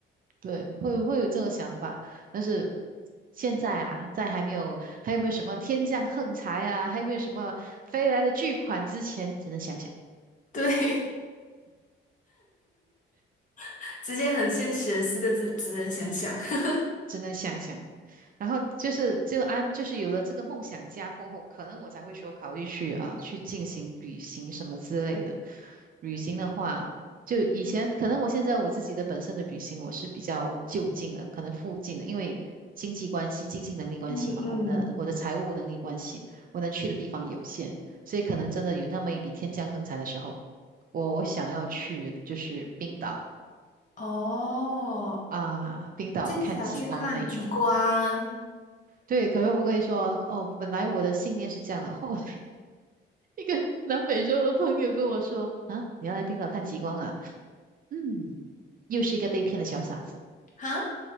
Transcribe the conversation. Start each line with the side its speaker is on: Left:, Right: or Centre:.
Right: 对，会会有这个想法，但是现在啊，在还没有还有没有什么天降横财啊，还有没有什么飞来的巨款之前，只能想想。
Left: 对，<laughs> 直接很现实的四个字，只能想想。<laughs>
Right: 只能想想。然后就是就安，就是有了这个梦想家过后，可能我才会说考虑去啊呃去进行旅行什么之类的。旅行的话，就以前可能我现在我自己的本身的旅行我是比较就近的，可能附近的，因为经济关系、经济能力关系嘛，
Left: 嗯嗯，
Right: 我们的我的财务能力关系，我能去的地方有限，所以可能真的有那么一笔天降横财的时候，我想要去就是冰岛
Left: 哦，
Right: 啊，冰岛看极光那一种。
Left: 这次要去看极光
Right: 对，可是我跟你说，哦，本来我的信念是这样的。<laughs> 后来一个南美洲的朋友跟我说：“啊，你要来冰岛看极光啊？”嗯，又是一个被骗的小傻子。
Left: 哈？